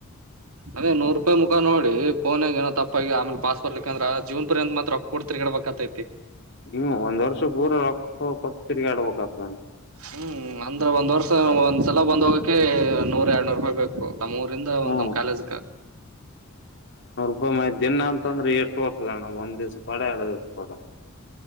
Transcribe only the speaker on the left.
ಹ ಒಂದ್ ವರ್ಷ ಪೂರ ರೊಕ್ಕ ಕೊಟ್ಟ ತಿರ್ಗಾ ಆಡ್ಬಬೇಕಾದ.
ಹ್ಮ್
ಅಬ್ ಮ ದಿನ ಅಂತಂದ್ರೆ ಎಷ್ಟು ಗ್ತದಣ್ಣ ಒಂದ್ ದಿವ್ಸ ಪಾಡ ಎರಡು ದಿವ್ಸ ಪಡ